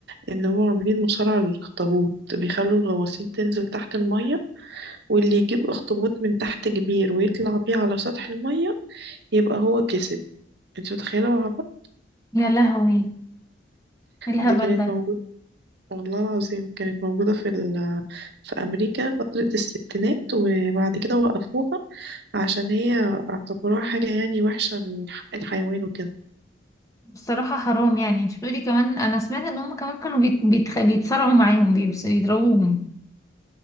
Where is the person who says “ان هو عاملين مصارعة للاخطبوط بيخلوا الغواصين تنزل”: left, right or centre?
Right